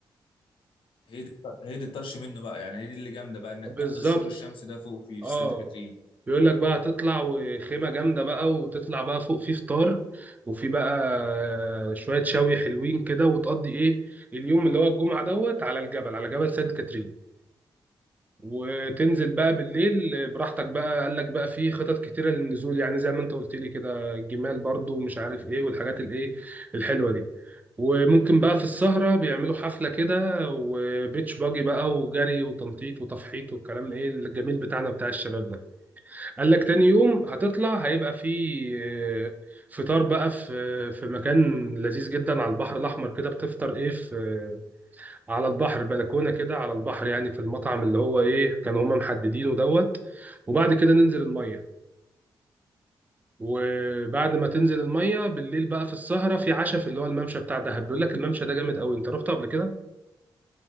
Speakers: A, on the left; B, on the right.
A: هي دي هي دي الطرش منه بقى يعني هي دي اللي جامده بقى انك
B: بالظبط
A: تحضر الشروق الشمسي ده فوق في
B: اه
A: في سانت كاترين
B: بيقول لك بقى هتطلع وخيمة جامدة بقى وتطلع بقى فوق في فطار وفي بقى آه، شوية شوي حلوين كده وتقضي ايه اليوم اللي هو الجمعة دوت على الجبل على جبل سانت كاترين وتنزل بقى بالليل براحتك بقى قال لك بقى في خطط كتيرة للنزول يعني زي ما انت قلت لي كده الجمال برضو ومش عارف ايه والحاجات الايه الحلوة دي وممكن بقى في السهرة بيعملوا حفلة كده وبيتش باجي بقى وجري وتنطيط وتفحيط والكلام الايه الجميل بتاعنا بتاع الشباب ده قال لك تاني يوم هتطلع هيبقى في آه، فطار بقى في في مكان لذيذ جدا على البحر الأحمر كده بتفطر ايه في على البحر بلكونه كده على البحر يعني في المطعم اللي هو ايه كانوا هما محددينه دوت وبعد كده ننزل الميه وبعد ما تنزل الميه بالليل بقى في السهره في عشاء في اللي هو الممشى بتاع دهب بيقول لك الممشى ده جامد قوي انت رحت قبل كده؟